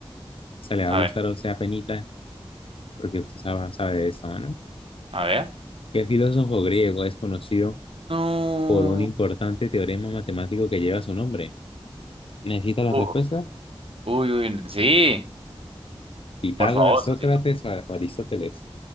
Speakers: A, on the left; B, on the right.
A: Se le va
B: A
A: a gustar
B: ver,
A: a usted apenita, porque usted sabe, sabe de esto, ¿no?
B: a ver.
A: ¿Qué filósofo griego es conocido
B: No.
A: por un importante teorema matemático que lleva su nombre? ¿Necesita la
B: Uh,
A: respuesta?
B: uy, uy, sí,
A: ¿Pitágoras,
B: por favor,
A: Sócrates
B: Sosito.
A: o Ar- o Aristóteles?